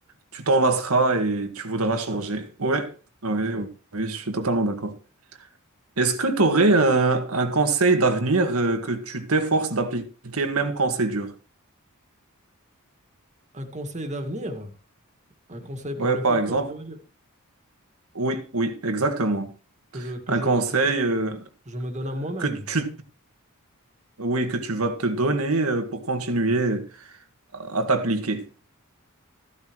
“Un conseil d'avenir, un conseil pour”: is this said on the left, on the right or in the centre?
Right